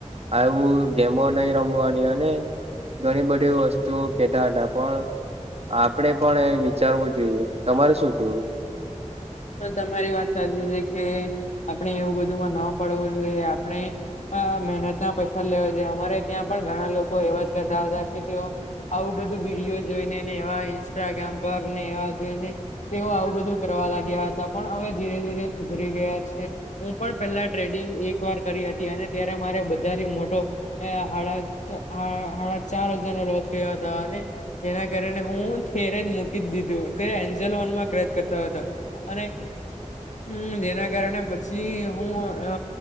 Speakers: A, on the right; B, on the left.
A: આવું ગેમો નહીં રમવાની અને ઘણી બધી વસ્તુઓ કેતા હતા પણ આપણે પણ એ વિચારવું જોઈએ. તમારે શું કેવું?
B: તો તમારી વાત સાચી છે કે આપણે એવું બધુંમાં ન પડવું જોઈએ આપણે અ મહેનતના પૈસા લેવા છે અમારે ત્યાં પણ ઘણા લોકો એવા જ કરતા હતા કે તેઓ આવું બધું વિડીયો જોઈને ને એવા ઇન્સ્ટાગ્રામ પર ને એવા જોઈને તેઓ આવું બધું કરવા લાગ્યા હતા. પણ હવે ધીરે ધીરે સુધરી ગયા છે. હું પણ પેલા ટ્રેડિંગ એક વાર કરી હતી અને ત્યારે મારે બધાથી મોટો એ હાડા હાડા હાડા ચાર હજારનો લોજ કર્યો હતો અને જેના કારણે હું તેરે જ મૂકી જ દીધું ત્યારે એન્જલોનમાં ટ્રેડ કરતો હતો. અને હમ જેના કારણે પછી હું અ